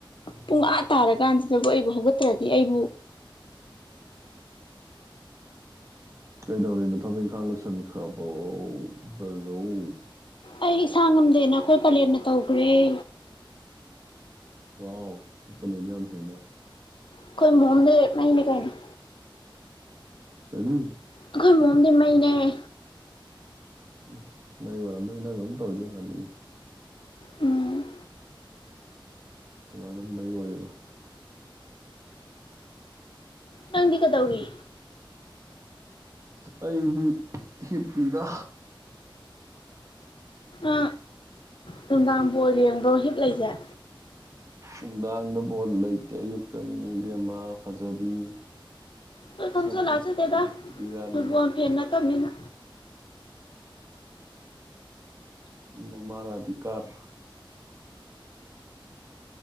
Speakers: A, on the left (about 65°); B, on the right (about 35°).
A: ꯄꯨꯡ ꯑꯥ ꯇꯥꯔꯀꯥꯟꯁꯤꯗꯕꯨ ꯑꯩꯕꯨ ꯍꯧꯒꯠꯇ꯭ꯔꯗꯤ ꯑꯩꯕꯨ
B: ꯀꯗꯧꯔꯤ ꯅ‌ꯣ ꯊꯕꯛ ꯏꯪꯈꯥꯡ ꯂꯣꯏꯁꯤꯟꯈ꯭ꯔꯕ‌ꯣ ꯕꯔ‌ꯣ
A: ꯑꯩ ꯏꯁꯥ ꯉꯝꯗꯦꯅ ꯑꯩꯈꯣꯏ ꯄꯂꯦꯅ ꯇꯧꯒ꯭ꯔ‌ꯦ
B: ꯋꯥꯎ ꯅ‌‌ꯣꯏ ꯄꯂ‌ꯦꯝꯗꯤ ꯌꯥꯝ ꯐꯩꯅ
A: ꯑꯈ‌ꯣꯏ ꯃꯣꯝꯗꯤ ꯃꯩꯅꯤ ꯀꯩꯅ‌ꯣ
B: ꯀꯔꯤ
A: ꯑꯈꯣꯏ ꯃ‌ꯣꯝꯗꯤ ꯃꯩꯅ‌ꯦ
B: ꯎꯝ ꯃꯩ ꯑꯣꯏꯔꯝꯃꯅꯤ ꯅꯪ ꯑꯗꯨꯝ ꯇꯧꯔꯤꯗꯣ ꯍꯥꯟꯅ ꯗꯨꯝ
A: ꯎꯝ
B: ꯀꯃꯥꯏꯅ ꯃꯩ ꯑꯣꯏꯔꯤꯕꯥ
A: ꯅꯪꯗꯤ ꯀꯩꯗꯧꯔꯤ
B: ꯑꯩꯗꯤ ꯍꯤꯞꯄꯤꯗ
A: ꯑ ꯅꯨꯡꯗꯥꯡ ꯕꯪꯜ ꯌꯦꯡꯕ꯭ꯔꯣ ꯍꯤꯞ ꯂꯩꯖ‌ꯦ
B: ꯅꯨꯡꯗꯥꯡꯗ ꯕꯣꯜ ꯂꯩꯇꯦ ꯑꯌꯨꯛꯇꯅꯤ ꯏꯕꯦꯝꯃꯥ ꯐꯖꯕꯤ
A: ꯑꯈꯣꯏ ꯈꯪꯖ
B: ꯁꯛ ꯐꯖꯕꯤ
A: ꯂꯥꯛꯆꯗꯦꯗ
B: ꯔꯥꯅꯤ
A: ꯐꯨꯠꯕ‌ꯣꯜ ꯐꯦꯟ ꯅꯠꯇꯝꯅꯤꯅ
B: ꯃꯣꯝꯃꯔ ꯑꯗꯤꯀꯥꯔ